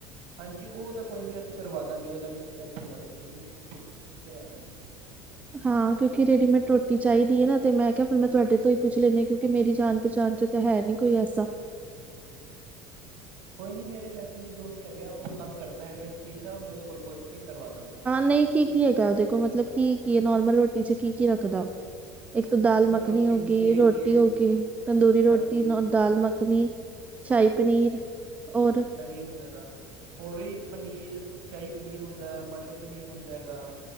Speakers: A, on the right; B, on the right.
A: ਹਾਂਜੀ ਓ ਤਾਂ ਕੋਈ ਨੀ ਅਸੀਂ ਕਰਵਾਦਾਂਗੇ ਓਦਾ ਟੈਨਸ਼ਨ ਨਾ ਲਓ ਤੁਸੀਂ ਓ ਵੀ ਕਰਵਾਦਾਂਗੇ।
B: ਹਾਂ ਕਿਉਂਕਿ ਰੈਡੀਮੈਟ ਰੋਟੀ ਚਾਈਦੀ ਹੈ ਨਾ ਤੇ ਮੈਂ ਕੇਆ ਫਿਰ
A: ਹਾਂਜੀ
B: ਮੈਂ ਤੁਆਡੇ
A: ਹਾਂਜੀ
B: ਤੋਂ ਈ ਪੁੱਛ ਲੈਂਦੀ ਕਿ ਕਿ ਮੇਰੀ ਜਾਣ ਪਚਾਣ ਚੋ ਤਾਂ ਹੈ ਨਈ ਕੋਈ ਐਸਾ।
A: ਹਾਂਜੀ -ਹਾਂਜੀ ਕੋਈ ਨੀ ਮੇਰੇ ਵੈਸੇ ਵੀ ਦੋਸਤ ਹੈਗਾ ਓ ਕੰਮ ਕਰਦਾ ਹੈਗਾ ਇਸ ਚੀਜ਼ ਦਾ ਮੈਂ ਓਦੇ ਕੋਲ ਪੁੱਛ ਕੇ ਕਰਵਾਦਾਗਾ ਕੱਲ।
B: ਨਈ ਕੀ ਕੀ ਹੈਗਾ ਓਦੇ ਕੋਲ ਮਤਲਬ ਕੀ- ਕੀ ਨੋਰਮਲ ਰੋਟੀ ਚ ਕੀ-ਕੀ ਰੱਖਦਾ ਓ? ਇੱਕ ਤਾਂ
A: ਨੋਰਮਲ
B: ਦਾਲ ਮੱਖਣੀ
A: ਰੋਟੀ
B: ਹੋ
A: ਹੁੰਦੀ
B: ਗਈ,
A: ਹੈਗੀ
B: ਰੋਟੀ
A: ਏ
B: ਹੋ ਗਈ, ਤੰਦੂਰੀ ਰੋਟੀ
A: ਹਾਂਜੀ
B: ਨਾਲ ਦਾਲ ਮੱਖਣੀ ਸ਼ਾਈ ਪਨੀਰ ਔਰ?
A: ਓਵੀ ਹੁੰਦਾ ਹੈਗਾ ਹੋਰ ਜੀ ਪਨੀਰ, ਸ਼ਾਈ ਪਨੀਰ ਹੁੰਦਾ, ਮਟਰ ਪਨੀਰ ਹੁੰਦਾ ਹੈਗਾ